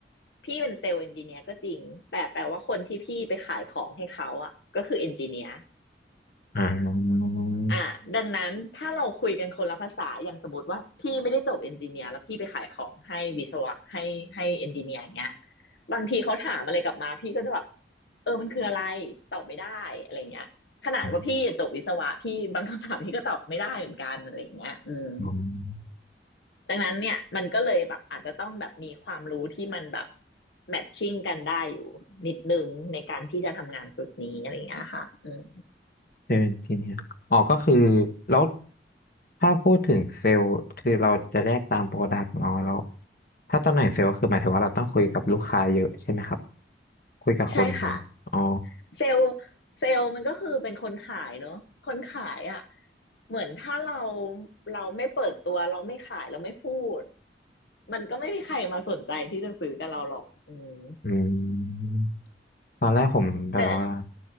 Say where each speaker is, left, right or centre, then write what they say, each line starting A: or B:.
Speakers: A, on the left; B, on the left.
A: พี่เป็นเซลล์เอนจิเนียร์ก็จริงแต่แปลว่าคนที่พี่ไปขายของให้เขาอ่ะก็คือเอนจิเนียร์
B: อ่าอ
A: อ่ะดังนั้นถ้าเราคุยกันคนละภาษาอย่างสมมติว่าพี่ไม่ได้จบเอนจิเนียร์แล้วพี่ไปขายของให้วิศวะให้ให้เอนจิเนียร์อย่างเงี้ยบางทีเขาถามอะไรกลับมาพี่ก็จะแบบเออมันคืออะไรตอบไม่ได้อะไรเงี้ยขนาดว่าพี่จบวิศวะพี่บางคำถามพี่ก็ตอบไม่ได้เหมือนกันอะไรเงี้ยอืม
B: ืมอืม
A: ดังนั้นเนี่ยมันก็เลยแบบอาจจะต้องแบบมีความรู้ที่มันแบบแมทชิ่งกันได้อยู่นิดนึงในการที่จะทำงานจุดนี้อะไรอย่างเงี้ยค่ะอืม
B: เซลล์เอนจิเนียร์อ๋อก็คือแล้วถ้าพูดถึงเซลล์คือเราจะแยกตามโปรดักต์เนาะแล้วถ้าตำแหน่งเซลล์ก็คือหมายถึงว่าเราต้องคุยกับลูกค้าเยอะใช่ไหมครับคุยกับคน
A: ใช่ค่ะ
B: อ๋อ
A: เซลล์เซลล์มันก็คือเป็นคนขายเนอะคนขายอ่ะเหมือนถ้าเราเราไม่เปิดตัวเราไม่ขายเราไม่พูดมันก็ไม่มีใครมาสนใจที่จะซื้อกับเราหรอกอืม
B: อืมตอนแรกผมแบบว่า
A: แต่